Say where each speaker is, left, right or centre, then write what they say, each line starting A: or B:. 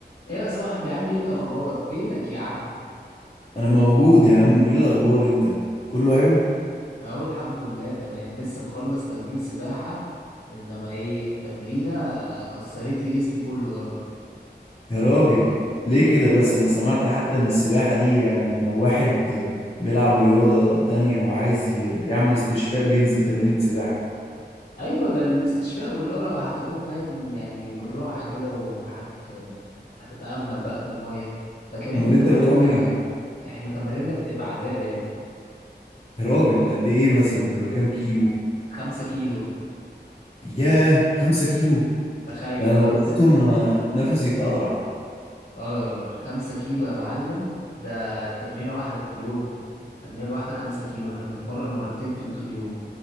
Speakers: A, on the left; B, on the left.
A: ايه يا صاحبي عامل ايه الاخبار فينك يا عم
B: انا موجود يا عم ايه الاخبار انت كله حلو
A: اهو الحمد لله تمام لسه مخلص تمرين سباحة انما ايه تمرينة آه، كسرت لي جسمي كله يا راجل
B: يا راجل ليه كده بس انا سمعت حتى ان السباحة دي يعني لو واحد بيلعب رياضة تانية وعايز ي- يعمل استشفاء بينزل تمرين سباحة
A: ايوه ده الاستشفاء والله لو هتعوم فاهم يعني بالراحة كده وهت هتتأمل بقى في المية لكن احنا
B: امال
A: تمارينا
B: انت بتعوم ايه
A: احنا تمارينا بتبقى عذاب يعني
B: يا راجل قد ايه مثلا بتبقى كام كيلو
A: خمسة كيلو
B: ياه خمسة كيلو
A: تخيل
B: ده انا لو
A: بقى
B: بقيتهم آه، نفسي يتقطع
A: اه يا راجل خمسة كيلو يا معلم ده تمرينة واحدة في اليوم التمرينة الواحدة خمسة كيلو احنا بنتمرن مرتين في اليوم